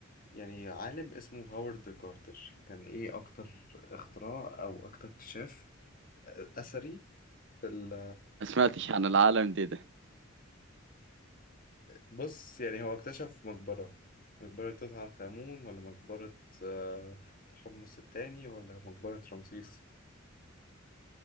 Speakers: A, on the left; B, on the right.
A: يعني عالم اسمه هاورد كارتر كان ايه اكتر اختراع او اكتر اكتشاف آه، اثري في ال
B: ما سمعتش عن العالم دي ده
A: بص يعني هو اكتشف مقبرة مقبرة توت عنخ آمون ولا مقبرة آه، تحمس التاني ولا مقبرة رمسيس